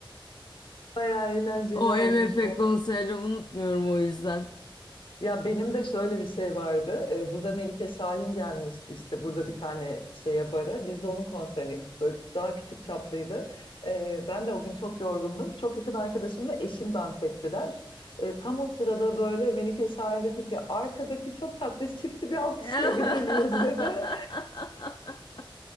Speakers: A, on the left; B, on the left.
A: Bayağı eğlenceli
B: O
A: olmuş
B: M F
A: o.
B: konserini unutmuyorum o yüzden.
A: Ya benim de şöyle bir şey vardı. Ee, burada Melike Şahin gelmişti işte burada bir tane şeye bara. Biz de onun konserine gittik. Böyle daha küçük çaplıydı. Ee, ben de o gün çok yorgundum. Çok yakın arkadaşımla eşim dans ettiler. Ee, tam o sırada böyle Melike Şahin dedi ki arkadaki çok tatlış çifti bir alkışlayabilir
B: <laughs>
A: miyiz dedi.